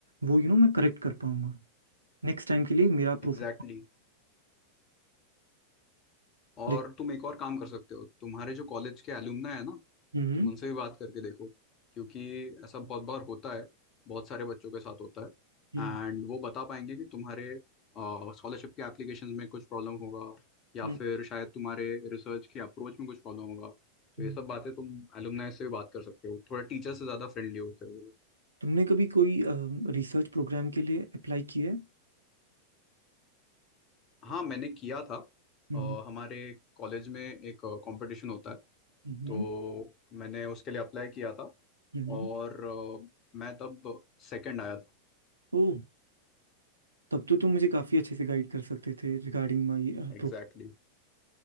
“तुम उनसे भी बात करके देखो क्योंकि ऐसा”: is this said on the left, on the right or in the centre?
Left